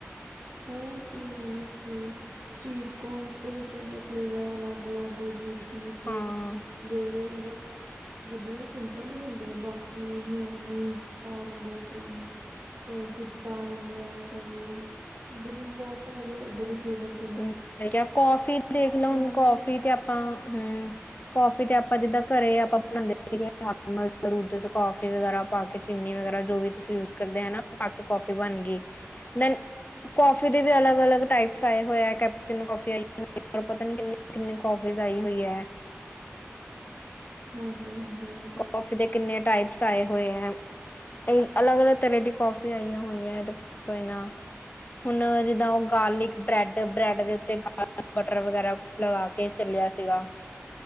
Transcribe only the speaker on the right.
ਹੋਰ ਕੀ ਹੋਰ ਕੀ ਸਵੀਟਕੋਨਸ ਦੇ ਵਿੱਚ ਏਨੇ ਫਲੇਵਰ ਅਲੱਗ ਅਲੱਗ ਅਜੀਬ-ਅਜੀਬ ਜੇ
ਜੇੜੇ ਮਤਲਬ ਵਧੀਆ ਸਿੰਪਲ ਈ ਹੁੰਦੇ ਆ ਬਾਕੀ ਮਿਉਨੀਸ ਪਾ ਦਿੰਦੇ ਆ ਕਈ ਕਈ ਕੁਛ ਪਾ ਦਿੰਦੇ ਐ ਕਈ ਮਤਲਬ ਬੋਤ ਤਰ੍ਹਾਂ ਦੇ ਏਦਾਂ ਦੇ ਫਲੇਵਰ ਚ
ਜਾਂ
ਹਾਂਜੀ-ਹਾਂਜੀ ਹਾਂ।